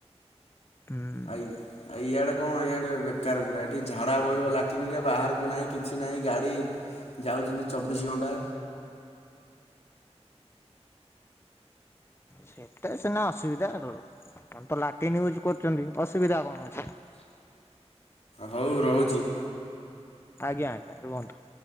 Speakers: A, on the left; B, on the left.
A: ହୁଁ
B: ଆଇ ଆ ଇଆଡେ କଣ ଇଆଡେ ବେକାର ପୁରା ଏଠି ଝାଡା ବଇବ ଲାଟିନ୍ ରେ ବାହାରକୁ ନାହିଁ କିଛି ନାହିଁ ଗାଡି ଯାଉଚନ୍ତି ଚବିଶ ଘଣ୍ଟା।
A: ସେଇଟା ସିନା ଅସୁବିଧା ଆପଣ ତ ଲାଟିନ୍ ୟୁଜ୍ କରୁଚନ୍ତି ଅସୁବିଧା କଣ ଅ
B: ହଉ ରହୁଛି
A: ଆଜ୍ଞା ଆଜ୍ଞା ରୁହନ୍ତୁ।